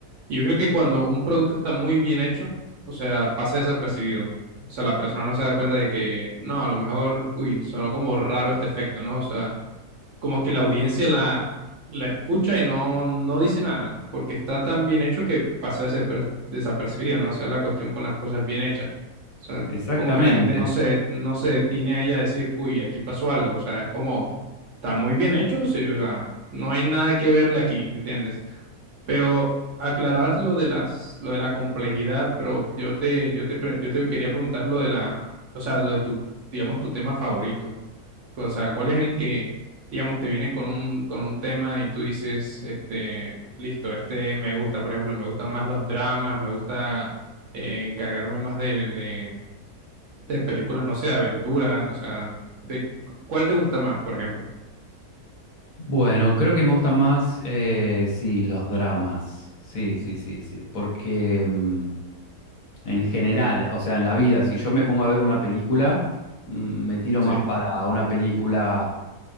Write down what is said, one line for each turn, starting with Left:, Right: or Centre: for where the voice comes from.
Right: Yo creo que cuando un producto está muy bien hecho, o sea, pasa desapercibido. O sea, la persona no se da cuenta de que, no, a lo mejor, uy, sonó como raro este efecto, ¿no? O sea, como que la audiencia la, la escucha y no, no dice nada, porque está tan bien hecho que pasa desaper- desapercibido, ¿no? Esa es la cuestión con las cosas bien hechas. O sea,
Left: Exactamente.
Right: como que la gente no se, no se detiene ahí a decir, uy, aquí pasó algo. O sea, es como están muy bien hechos, sí, o sea, no hay nada que verle aquí, ¿entiendes? Pero aclarabas lo de las, lo de la complejidad, pero yo te, yo te, pre- yo te quería preguntar lo de la, o sea, lo de tu, digamos, tu tema favorito. O sea, ¿cuál es el que, digamos, te vienen con un, con un tema y tú dices, este, listo, este me gusta, por ejemplo, me gustan más los dramas, me gusta eh, encargarme más de, de, de películas, no sé, de aventura, o sea, de, ¿cuál te gusta más, por ejemplo?
Left: Bueno, creo que me gustan más, eh, sí, los dramas. Sí, sí, sí, sí. Porque mm, en general, o sea, en la vida, si yo me pongo a ver una película, mm, me tiro
Right: Sí,
Left: más para una película.